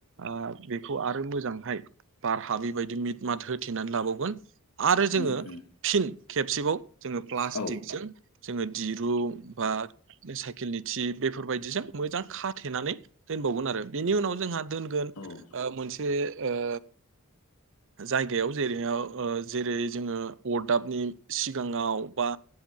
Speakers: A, on the right; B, on the left.
A: ओ बेखौ आरो मोजांहाय बार हाबैबायदि मिट माद होथेनानै लाबावगोन आरो जोङो
B: उम उम
A: फिन खेबसेबाव जोङो प्लास्टिकजों
B: औ
A: जोङो दिरुं बा साइकेलनि थि बेफोरबायदिजों मोजां खाथेनानै दोनबावगोन आरो बेनि उनाव जोंहा दोनगोन
B: औ उम
A: मोनसे ओ जायगायाव जेरै ओ जेरै जोङो अरदाबनि सिगाङाव बा